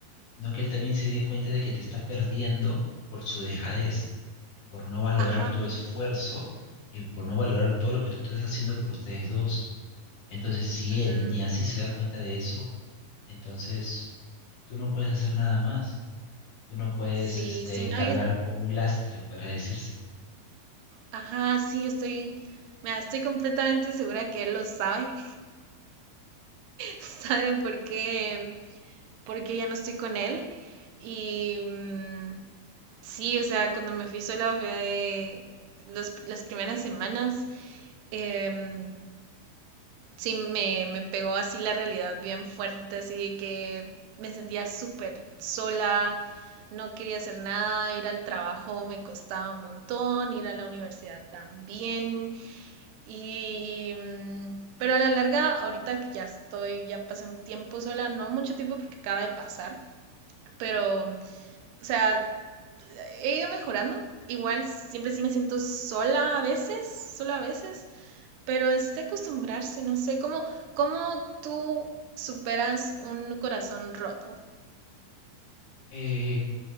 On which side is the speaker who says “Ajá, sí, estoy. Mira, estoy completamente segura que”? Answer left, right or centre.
Right